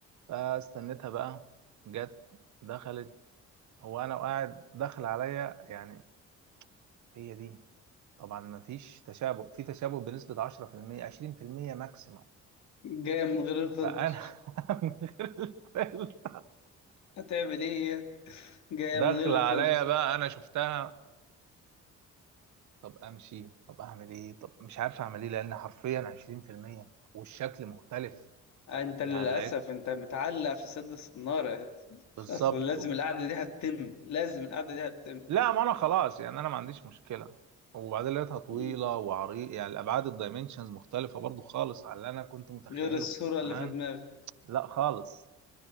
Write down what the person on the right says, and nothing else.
فاستنيتها بقى جت دخلت هو انا وقاعد داخل عليا يعني هي دي طبعا ما فيش تشابه في تشابه بنسبة 10% 20% ماكسيموم
فانا <laughs> من غير الفيلم
داخل
عليا
بقى انا شفتها طب امشي طب اعمل ايه طب مش عارف اعمل ايه لان حرفيا 20% والشكل مختلف
يعني لقيت
بالظبط
و...
لا ما انا خلاص يعني انا ما عنديش مشكلة وبعدين لقيتها طويلة
وعريض يعني الابعاد الدايمنشنز مختلفة برضو خالص على اللي انا كنت متخيله
تمام
لا خالص